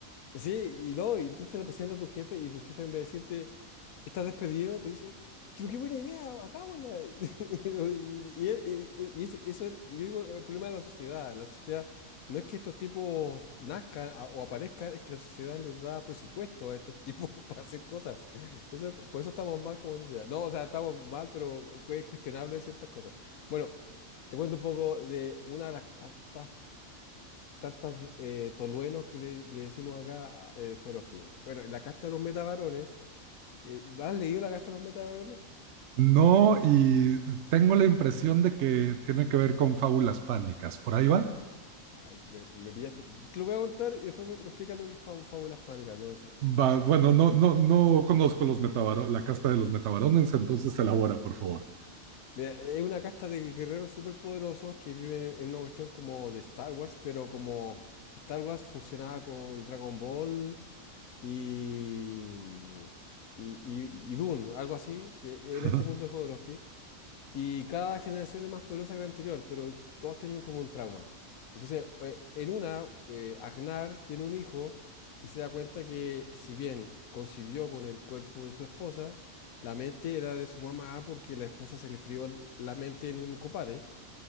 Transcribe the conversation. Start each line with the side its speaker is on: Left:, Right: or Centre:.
Left: Sí, y no, y tú te la presentas a tu jefe y tu jefe en vez de decirte, estás despedido, te dice, pero qué buena idea, hagámosla. <laughs> Y, y- y- y eso, eso es, yo digo, el problema de la sociedad. La sociedad no es que estos tipos nazcan a- o aparezcan, es que la sociedad les da presupuesto a estos tipos <laughs> para hacer cosas. Eso, por eso estamos mal como sociedad. No, o sea, estamos mal, pero eh, es cuestionable ciertas cosas. Bueno, te cuento un poco de una de las tantas Tartas eh, toluenos que le, le decimos acá a eh, Joroquín. Bueno, la casta de los metavarones, eh, ¿has leído la casta de los metavarones?
Right: No, y tengo la impresión de que tiene que ver con fábulas pánicas. ¿Por ahí va?
Left: Ay, que me, me pillaste. Te lo voy a contar y después me, me explicas lo que es fábu- fábulas pánicas, no lo sé.
Right: Va, bueno, no, no, no conozco los metabaro- la casta de los metabarones, entonces elabora, por favor.
Left: Mira, es una casta de guerreros superpoderosos que viven en, en una cuestión como de Star Wars, pero como Star Wars fusionada con Dragon Ball y, y, y, y Dune, algo así, que
Right: <laughs>
Left: en este mundo de Jodorowsky. Y cada generación es más poderosa que la anterior, pero todas tienen como un trauma. Entonces, eh, en una, eh, Agnar tiene un hijo y se da cuenta que si bien concibió con el cuerpo de su esposa, la mente era de su mamá porque la esposa se le frió l- la mente en un combate.